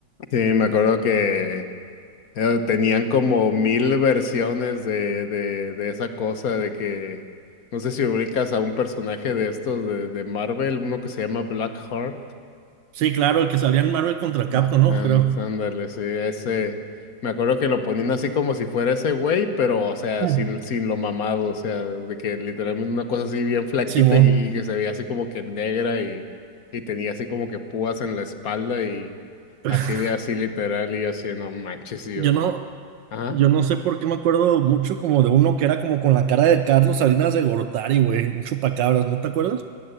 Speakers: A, on the left; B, on the right.
A: Sí, me acuerdo que eh, tenían como mil versiones de, de, de esa cosa, de que no sé si ubicas a un personaje de estos de, de Marvel, uno que se llama Blackheart.
B: Sí, claro, el que salía en Marvel contra Capcom,
A: Ah,
B: ¿no?
A: and-
B: Creo.
A: Ándale, sí, ese. Me acuerdo que lo ponían así como si fuera ese güey, pero, o sea,
B: Sí.
A: sin, sin lo mamado, o sea, de que literalmente una cosa así bien flaquita
B: Simón.
A: y, y que se veía así como que negra y, y tenía así como que púas en la espalda y
B: <laughs>
A: así de así literal y yo así, no manches, y
B: Yo
A: yo.
B: no,
A: Ajá,
B: yo no sé por qué me acuerdo mucho como de uno que era como con la cara de Carlos Salinas de Gortari, güey, un chupacabras, ¿no te acuerdas?